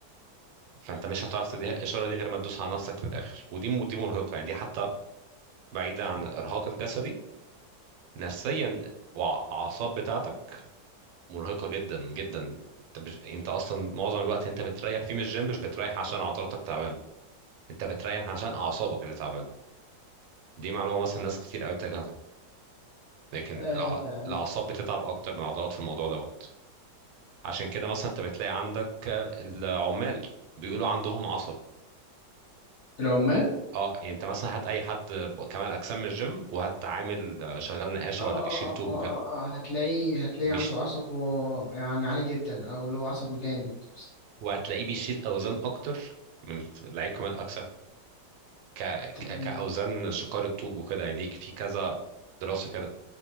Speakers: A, on the right; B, on the left.
A: فانت مش هتعرف تدي الاشارة دي غير ما تدوس على نفسك في الاخر ودي دي مرهقة يعني دي حتى بعيدة عن الارهاق الجسدي نفسيا والاعصاب بتاعتك مرهقة جدا جدا انت بج... انت اصلا معظم الوقت انت بتريح فيه من الجيم مش بتريح عشان عضلاتك تعبانة انت بتريح عشان اعصابك اللي تعبانة دي معلومة مثلا ناس كتير قوي بتجهلها لكن
B: اه
A: الع... الاعصاب بتتعب اكتر من العضلات في الموضوع دوت عشان كده مثلا انت بتلاقي عندك آه، العمال بيقولوا عندهم عصب
B: العمال
A: اه اه، يعني انت مثلا هات اي حد ب- كمال اجسام من الجيم وهات عامل آه، شغال نقاشة
B: اه اه
A: ولا بيشيل طوب
B: اه اه
A: وكده
B: آه. اه هتلاقيه هتلاقيه
A: بيش...
B: عنده عصبه يعني عالي جدا او اللي هو عصبه جامد
A: وهتلاقيه بيشيل اوزان اكتر من لعيب كمال اجسام ك...
B: بصراحة
A: ك- كأوزان شقار الطوب وكده يعني دي في كذا دراسة كده